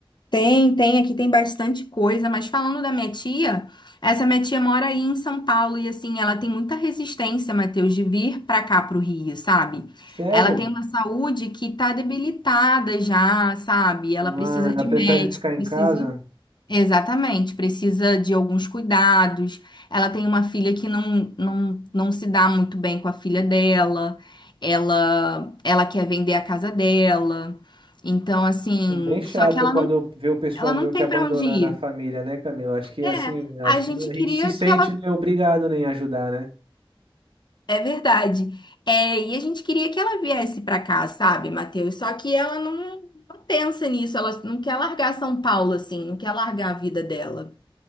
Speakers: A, on the left; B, on the right.
A: Tem, tem, aqui tem bastante coisa, mas falando da minha tia, essa minha tia mora aí em São Paulo e assim, ela tem muita resistência, Matheus, de vir pra cá pro Rio, sabe?
B: Sério?
A: Ela tem uma saúde que tá debilitada já, sabe? Ela
B: Ah,
A: precisa
B: ela
A: de
B: prefere
A: médico,
B: ficar
A: precisa
B: em casa?
A: Exatamente, precisa de alguns cuidados. Ela tem uma filha que não, não, não se dá muito bem com a filha dela. Ela, ela quer vender a casa dela. Então, assim,
B: É bem chato
A: só que ela
B: quando
A: não,
B: vê o pessoal
A: ela
B: meio
A: não tem
B: que abandonando
A: para onde ir.
B: a família, né, Camilo? Acho que
A: É,
B: assim, acho
A: a gente
B: que a
A: queria
B: gente se sente,
A: que ela.
B: né, obrigado, né, em ajudar, né?
A: É verdade. É, e a gente queria que ela viesse para cá, sabe, Matheus? Só que ela não, não pensa nisso. Ela não quer largar São Paulo, assim, não quer largar a vida dela,